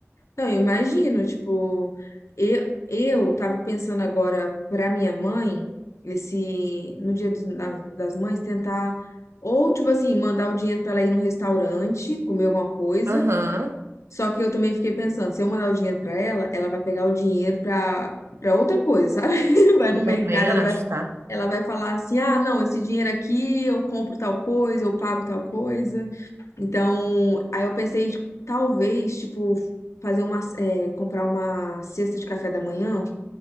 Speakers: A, on the left; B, on the right.
A: não, eu imagino, tipo, eu, eu tava pensando agora pra minha mãe, esse, no dia dos- da- das mães, tentar, ou, tipo assim, mandar o dinheiro pra ela ir num restaurante, comer alguma coisa.
B: Aham.
A: Só que eu também fiquei pensando, se eu mandar o dinheiro pra ela, ela vai pegar o dinheiro pra, pra outra coisa, sabe? <laughs> Vai
B: Eu
A: no mercado,
B: também acho,
A: ela vai,
B: tá?
A: ela vai falar assim, ah, não, esse dinheiro aqui eu compro tal coisa, eu pago tal coisa. Então, aí eu pensei, tipo, talvez, tipo, fazer uma, é, comprar uma cesta de café da manhã